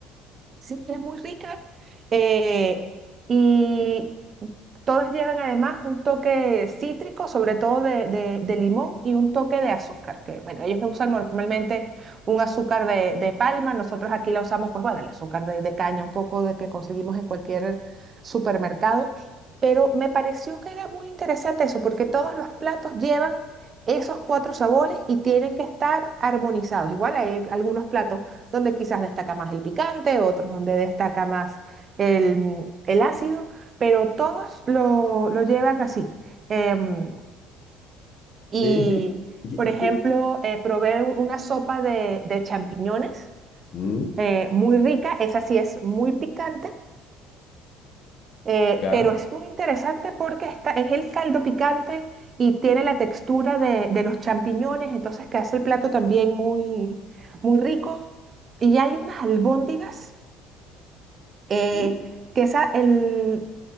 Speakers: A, on the right (about 25°); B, on the left (about 35°).
A: Sí, es muy rica. eh, y todas llevan además un toque cítrico, sobre todo de, de- de limón y un toque de azúcar, que bueno, ellos no usan normalmente un azúcar de, de palma, nosotros aquí la usamos, pues bueno, el azúcar de, de caña, un poco de que conseguimos en cualquier supermercado. Pero me pareció que era muy interesante eso, porque todos los platos llevan esos cuatro sabores y tienen que estar armonizados. Igual hay algunos platos donde quizás destaca más el picante, otros donde destaca más el, el ácido, pero todos lo, lo llevan así. Em, y,
B: Eh, ¿y qué- y qué-
A: por ejemplo,
B: y qué-
A: eh, probé un- una sopa de, de champiñones
B: Mm,
A: eh, muy rica, esa sí es muy picante. eh,
B: ya,
A: pero es muy interesante porque está, es el caldo picante y tiene la textura de, de los champiñones, entonces que hace el plato también muy, muy rico. Y hay unas albóndigas eh,
B: Mm.
A: que esa, el,